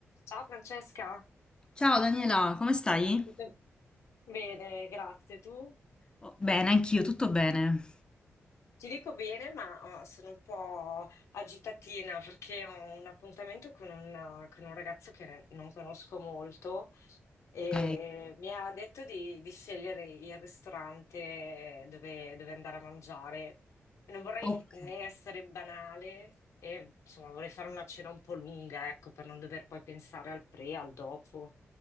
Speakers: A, on the left; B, on the left.
A: Ciao Francesca,
B: Ciao Daniela, come stai?
A: tutto bene, grazie. Tu?
B: Oh, Bene, anch'io, tutto bene.
A: Ti dico bene, ma eh, sono un po' agitatina perché ho un appuntamento con un, con un ragazzo che non conosco molto e
B: Ok.
A: mi ha detto di, di scegliere il ristorante dove, dove andare a mangiare. Non vorrei
B: Ok.
A: né essere banale e insomma vorrei fare una cena un po' lunga, ecco, per non dover poi pensare al pre, al dopo.